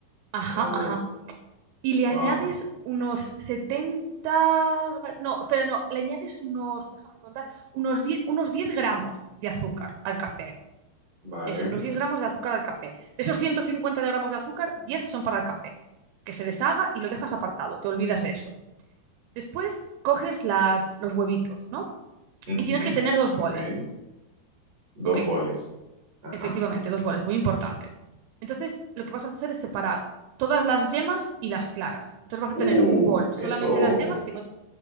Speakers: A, on the right (about 80°); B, on the right (about 50°).
A: ajá,
B: Oh,
A: ajá. Y le
B: wow.
A: añades unos 70 gra- no, pero no, le añades unos, déjame contar, unos diez unos diez gramos de azúcar al café.
B: Vale.
A: Eso, unos diez gramos de azúcar al café. De esos 150 de gramos de azúcar, 10 son para el café, que se deshaga y lo dejas apartado, te olvidas de eso. Después coges las, los huevitos, ¿no?
B: Ujú.
A: Y tienes que tener dos boles,
B: Ok. Dos
A: ¿ok?
B: boles. Ajá.
A: Efectivamente, dos boles, muy importante. Entonces, lo que vas a hacer es separar todas las yemas y las claras. Entonces vas a
B: Uh,
A: tener un bol solamente
B: eso.
A: las yemas sin,